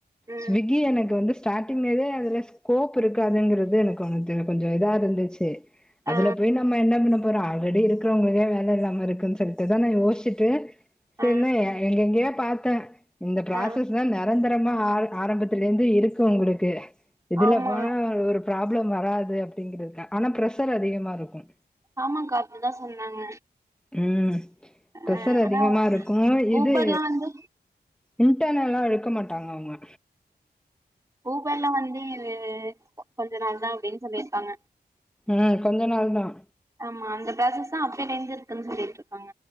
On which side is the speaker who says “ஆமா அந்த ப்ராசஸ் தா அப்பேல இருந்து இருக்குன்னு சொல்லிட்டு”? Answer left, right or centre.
Right